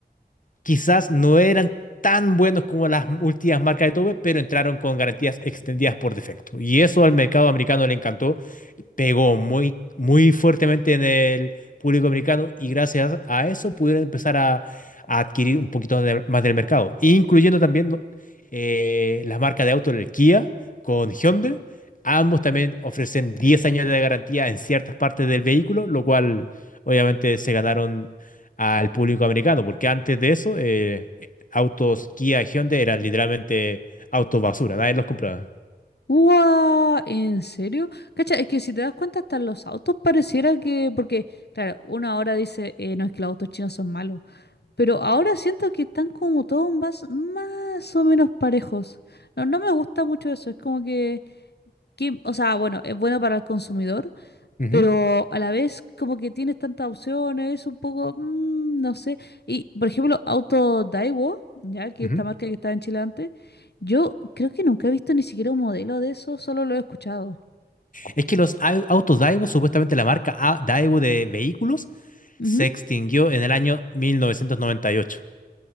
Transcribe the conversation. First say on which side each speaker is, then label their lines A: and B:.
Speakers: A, on the left; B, on the left.
A: quizás no eran tan buenos como las últimas marcas de Tobe, pero entraron con garantías extendidas por defecto. Y eso al mercado americano le encantó pegó muy, muy fuertemente en el público americano y gracias a eso pudieron empezar a, a adquirir un poquito de- más del mercado, incluyendo también ¿no? eh, las marcas de auto, el Kia con Hyundai. Ambos también ofrecen 10 años de garantía en ciertas partes del vehículo, lo cual obviamente se ganaron al público americano, porque antes de eso, eh, autos Kia y Hyundai eran literalmente autos basura, nadie los compraba.
B: ¡Guau! ¿En serio? Cacha, es que si te das cuenta, hasta los autos pareciera que. Porque, claro, uno ahora dice, eh, no es que los autos chinos son malos. Pero ahora siento que están como todos más, más o menos parejos. No, no me gusta mucho eso. Es como que, que. O sea, bueno, es bueno para el consumidor,
A: Ujú,
B: pero a la vez como que tienes tantas opciones, es un poco, mm, no sé. Y, por ejemplo, Auto Daiwa, ya que
A: ujú.
B: esta marca que estaba en Chile antes, yo creo que nunca he visto ni siquiera un modelo de eso, solo lo he escuchado.
A: Es que los au- autos Daiwo, supuestamente la marca a- Daiwo de vehículos,
B: Ujú,
A: se extinguió en el año 1998.